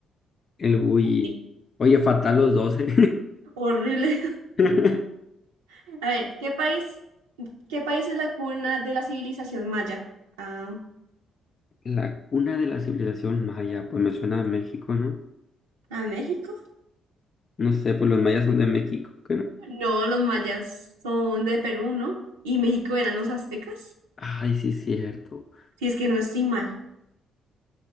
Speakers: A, on the left (about 45°); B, on the right (about 80°).
A: El bully.
B: Sí.
A: Oye, fatal los 12.
B: Horrible.
A: <laughs>
B: <laughs> A ver, ¿qué país, qué país es la cuna de la civilización maya? Ah,
A: La cuna de la civilización maya, pues me suena a México, ¿no?
B: ¿a México?
A: No sé, pues los mayas son de México, ¿qué no?
B: No, los mayas son de Perú, ¿no? Y México eran los aztecas.
A: Ay, sí, cierto.
B: Si es que no estoy mal.